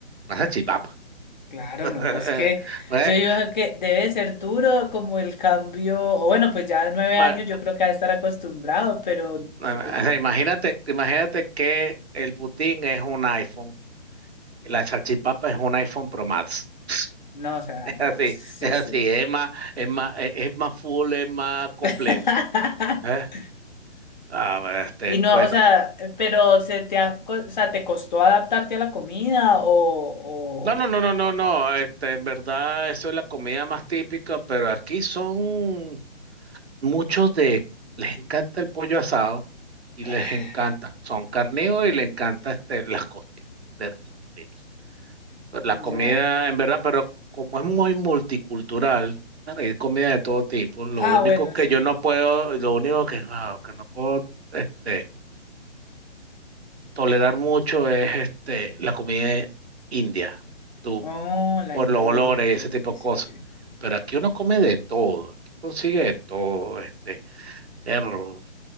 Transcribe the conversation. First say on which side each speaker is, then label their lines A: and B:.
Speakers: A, on the right (about 65°); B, on the left (about 40°).
A: una salchipapa.
B: claro,
A: <laughs>
B: no, es que
A: ¿Ves?
B: yo digo que debe ser duro como el cambio, o bueno, pues ya nueve
A: Ma-
B: años yo creo que ha de estar acostumbrado, pero
A: ma-
B: eh,
A: o sea, Imagínate, imagínate que el putín es un iPhone, y la salchipapa es un iPhone Pro Max. <laughs>
B: no, o sea,
A: Es
B: no,
A: así,
B: sí,
A: es así,
B: sí.
A: es más, es más, es es más full, es más completo.
B: <laughs>
A: ¿Eh? Ah, bueno, este,
B: Y no,
A: bueno.
B: o sea, eh, pero se te ha co- o sea, ¿te costó adaptarte a la comida o, o...
A: No, no, no, no, no, no. Este, en verdad, eso es la comida más típica, pero aquí son muchos de les encanta el pollo asado y
B: ah,
A: les encanta, son carnívoros y les encanta este, las costillas de ribs. Pues La
B: Ya.
A: comida, en verdad, pero como es muy multicultural, claro, hay comida de todo tipo. Lo
B: Ah,
A: único
B: bueno,
A: que
B: sí.
A: yo no puedo, lo único que, ah, que no puedo este, tolerar mucho es este, la comida india, tú,
B: Oh, la
A: por
B: hindú.
A: los olores y ese
B: pues,
A: tipo
B: Sí,
A: de
B: sí,
A: cosas.
B: sí.
A: Pero aquí uno come de todo, aquí consigue de todo, este, perro